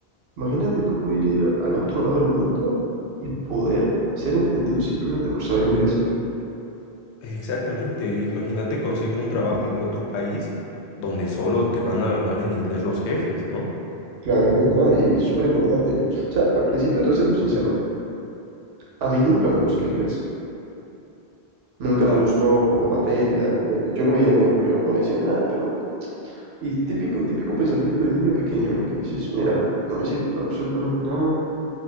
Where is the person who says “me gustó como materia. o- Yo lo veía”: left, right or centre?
Right